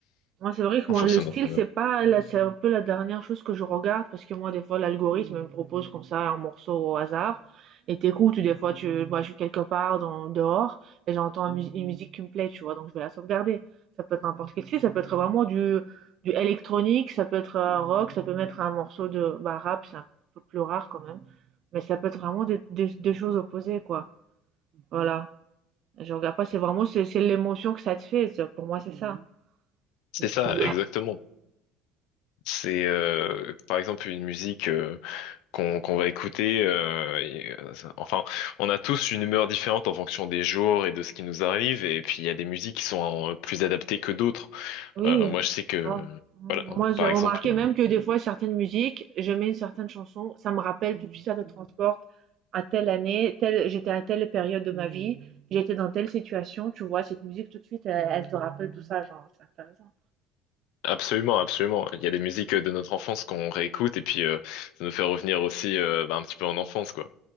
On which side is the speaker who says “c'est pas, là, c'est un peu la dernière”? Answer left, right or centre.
Right